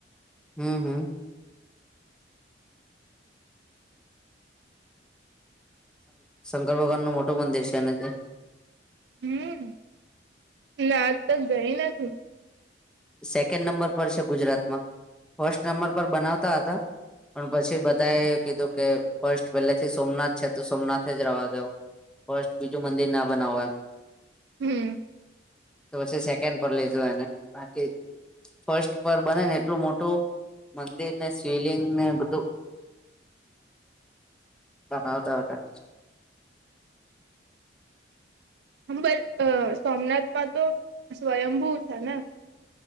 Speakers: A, in the centre; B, on the right.
A: હમ હમ શંકર ભગવાન નું મોટું મંદિર છે અને તે
B: હમ નાજ તો ગઈ નથી
A: સેકન્ડ નંબર પર છે ગુજરાત માં ફર્સ્ટ નંબર પર બનાવતા હતા પણ પછી બધા એ કીધું કે ફર્સ્ટ પહેલા થી સોમનાથ છે તો સોમનાથ જ રહેવા દો ફસ્ટ બીજું મંદિર ના બનાવો એમ
B: હમ
A: તો પછી સેકન્ડ પર લઈ જાવ એને બાકી ફર્સ્ટ પર બને ને એટલું મોટું મંદિર ને શિવલીંગ ને બધું
B: <inaudible>
A: બનાવતા હતા
B: હા બટ સોમનાથમાં તો સ્વયંભૂ છે ને